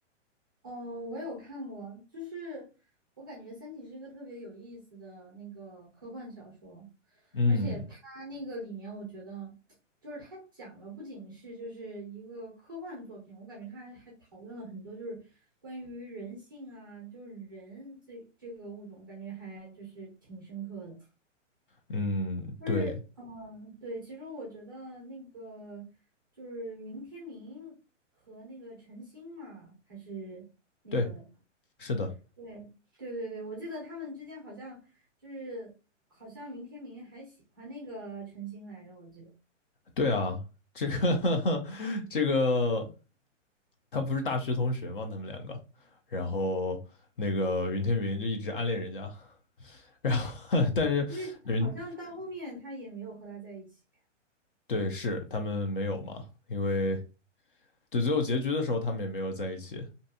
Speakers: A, on the right; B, on the left.
A: 哦，我有看过，就是我感觉《三体》是一个特别有意思的那个科幻小说，
B: 嗯
A: 而且它那个里面，我觉得就是它讲了不仅是就是一个科幻作品，我感觉它还还讨论了很多就是关于人性啊，就是人这这个物种，感觉还就是挺深刻的。
B: 嗯，
A: 就是，
B: 对
A: 嗯，对，其实我觉得那个就是云天明和那个陈星嘛，还是那个，
B: 对，是的，
A: 对，对对对，我记得他们之间好像就是好像云天明还喜欢那个陈星来着，我记得，
B: 对啊，这个 <laughs> 这个，他不是大学同学吗？他们两个，然后那个云天明就一直暗恋人家，然后 <laughs> 但是云，
A: 因为好像到后面他也没有和他在一起。
B: 对，是他们没有嘛，因为对最后结局的时候他们也没有在一起，